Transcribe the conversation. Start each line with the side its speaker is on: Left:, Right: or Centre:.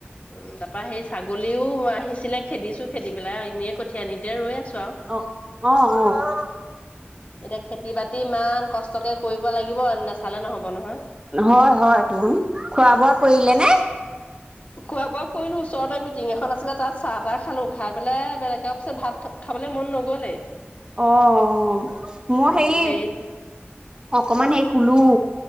Left: উম, তাৰপৰা সেই, ছাগলীও আহিছিলে, খেদিছোঁ, খেদি পেলাই আৰু এনেই, কঠীয়ানিতে ৰৈ আছোঁ আৰু।
Right: অ'! অ'! অ'!
Left: এতিয়া, খেতি-বাতি ইমান কষ্টকে কৰিব লাগিব! নেচালে, নহ'ব নহয়।
Right: হয়, হয়, তো! খোৱা-বোৱা কৰিলেনে?
Left: <inaudible> খোৱা-বোৱা কৰিলোঁ। ওচৰতে মিটিং এখন আছিলে, তাত চাহ-তাহ খালোঁ। খাই পেলাই, বেলেগে পিছত, ভাত <unintelligible> খাবলৈ মন নগ'লে।
Right: অ'! মই সেই,
Left: হেৰি
Right: অকমান সেই, শুলোঁ।